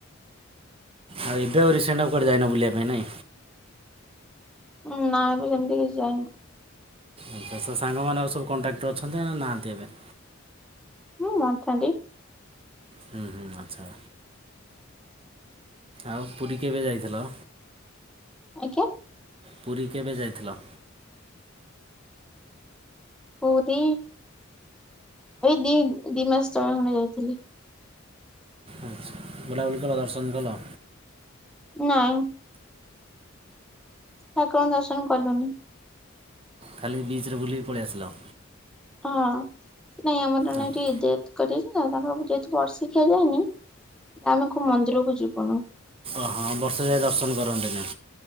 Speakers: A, on the right; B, in the centre.
A: ଆଉ ଏବେ ଆଉ ରିସେଣ୍ଟ ଆଉ କୁଆଡେ ବୁଲିବାକୁ ଯାଇନ ବୁଲିବା ପାଇଁ ନାଇଁ।
B: ଉଁ ନାଁ ଏବେ ସେମିତି କିଛି ଯାଇନି।
A: ଆଛା ସେ ସାଙ୍ଗମାନେ ଆଉ ସବୁ କଣ୍ଟାକ୍ଟରେ ଅଛନ୍ତି ନା ନାହାନ୍ତି ଏବେ?
B: ହୁଁ ଅଛନ୍ତି।
A: ହୁଁ ହୁଁ ଆଚ୍ଛା। ଆଉ ପୁରୀ କେବେ ଯାଇଥିଲ?
B: ଆଜ୍ଞା।
A: ପୁରୀ କେବେ ଯାଇଥିଲ?
B: ପୁରୀ ଏଇ ଦି ଦି ମାସ ତଳେ ଖଣ୍ଡେ ଯାଇଥିଲି।
A: ଆଚ୍ଛା। ବୁଲାବୁଲି କଲ ଦର୍ଶନ କଲ।
B: ନାଇଁ। ଠାକୁରଙ୍କ ଦର୍ଶନ କଲୁନି।
A: ଖାଲି ବିଚରେ ବୁଲିକି ପଳି ଆସିଲ।
B: ହଁ ସେ ନାଇଁ ଆମର ଜଣେ
A: ଆଚ୍ଛା।
B: ଏଠି ଡେଥ୍ କରାଯାଇଛି ନା ତାଙ୍କର ଯେହେତୁ ବର୍ଷିକିଆ ଯାଇନି। ଆମେ କୋଉ ମନ୍ଦିର କୁ ଯିବୁନୁ।
A: ଅ ହଁ ବର୍ଷେ ଯାଇ ଦର୍ଶନ କରନ୍ତିନି।